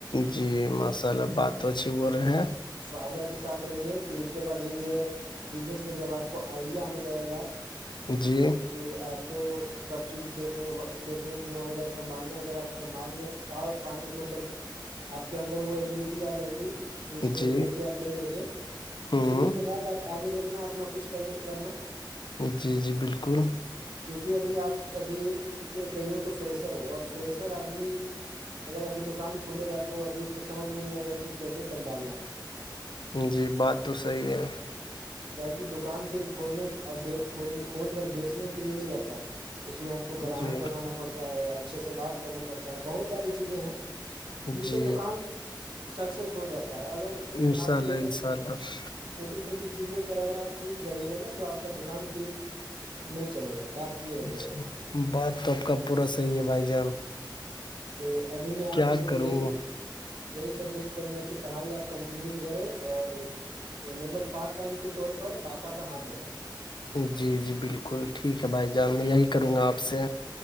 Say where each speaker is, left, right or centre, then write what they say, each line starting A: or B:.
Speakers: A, on the left; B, on the right.
A: جی ماشاء اللہ بات تو اچھی بول رہے ہیں
B: فادر کے ساتھ رہیے پھر اس کے بعد دھیرے دھیرے بزنس میں جب آپ کو آئیڈیا آنے لگے گا
A: جی
B: پھر آپ کو سب چیز دیکنے دیکھنے اکھنے آنے لگا سنبھالنے اگر آپ سنبھالنےان مطلب آپ کے اندر وہ ابلیٹی آ جائے گی رسپانسبلٹی
A: جی
B: آپ لے لو گے تو
A: ہوں
B: پھر اس کے بعد آپ آگے دیکھنا اپنا کچھ کرے کرنا
A: جی جی بالکل
B: کیوںکہ ابھی آپ ابھی کہی ہو تو فریسر ہو اور فریسر آدمی اگر ابھی دکان کھلے گا تو ابھی اس کو سمجھ میں نہیں آئے گا کہ کیسے سنبھالنا ہے
A: جی بات تو صحیح ہے
B: کیا کہ دکان صرف کھولنے کھول کر بیچنے کے لیے نہیں رہتا اس میں آپ کو گراہک
A: جی
B: بنانا پڑتا ہے اچھے سے بات کرنا پڑتا ہے بہت ساری چیزیں ہیں جس
A: جی
B: سے دکان سکسیس ہو جاتا ہے اگر
A: انشاء
B: آپ
A: اللہ
B: یہ سب
A: انشاء اللہ
B: چھوٹی چھوٹی چیزوں پر اگر آپ چوک جائیے گا نا تو آپ کا دکان پھر نہیں چلے گا بات یہ ہے
A: اچا
B: بڑے بھائی
A: بات تو آپ کا پورا صحیح ہے بھائی جان
B: تو ابھی میں آپ
A: کیا
B: کو
A: کروں
B: یہی یہی سجیسٹ کریں گے کہ پڑھائی آپ کنٹینیو کرو اور مطلب پارٹ ٹائم کے طور پر پاپا کا ہاتھ بٹاؤ
A: جی جی بالکل ٹھیک ہے بھائی جان میں یہی کروں گا آپ سے